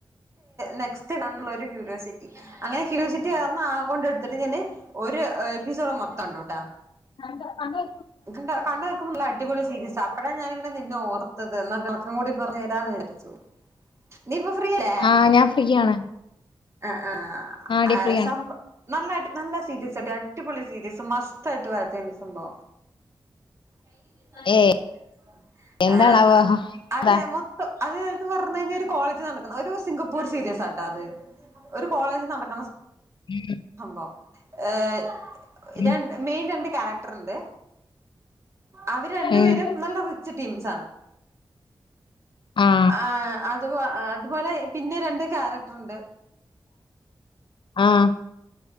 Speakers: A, on the right; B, on the left.
A: നെക്സ്റ്റ് കാണള്ള ഒരു ക്യൂരിയോസിറ്റി അങ്ങനെ ക്യൂരിയോസിറ്റി കാരണം ആ കൊണ്ടെട് ഇത്രതിന് ഒരു എപ്പിസോഡ് മൊത്തം കണ്ടുട്ടാ
B: കണ്ടോ അതെ
A: കണ്ട കണ്ട് നിക്ക്മ്പൊ അടിപൊളി സീരിയസാ അപ്പഴാ ഞാനിങ്ങനെ നിന്നെ ഓർ ത്തത് എന്നാ വിളക്കം കൂടി പറഞ്ഞു തരാന്ന് വിചരിച്ചു നീ ഇപ്പൊ ഫ്രീ അല്ലേ
B: ആ ഞാൻ ഫ്രീയാണ്
A: ആഹ് ആഹ്
B: ആടി
A: ആ
B: ഫ്രീയാണ്
A: സം നല്ല അടി നല്ല സീരീസാടി അടിപൊളി സീരീസ് മസ്റ്റായിട്ട് വാച്ചെയ്യണ്ട സംഭവം <unintelligible>
B: ഏ എന്താണാവോ
A: ആഹ്
B: അതാ
A: അത് മൊത്തം അത് ന്ന് പറഞ്ഞ് കഴിഞ്ഞാ ഒരു കോളേജ് നടക്കുന്ന ഒരു സിംഗപ്പൂർ സീരിയസാട്ടോ അത് ഒരു കോളേജ് നടക്ക്ണ സം
B: ആഹ്
A: ഭവം ഏഹ്
B: ഉം
A: ര മെയിൻ രണ്ട് ക്യാരക്ടർണ്ട് അവര് രണ്ടുപേരും
B: ഉം
A: നല്ല റിച്ച് ടീംസാ ണ്
B: ആ
A: ആഹ് അത് അതുപോലെ പിന്നെ രണ്ട് ക്യാരക്ടർണ്ട്
B: ആഹ്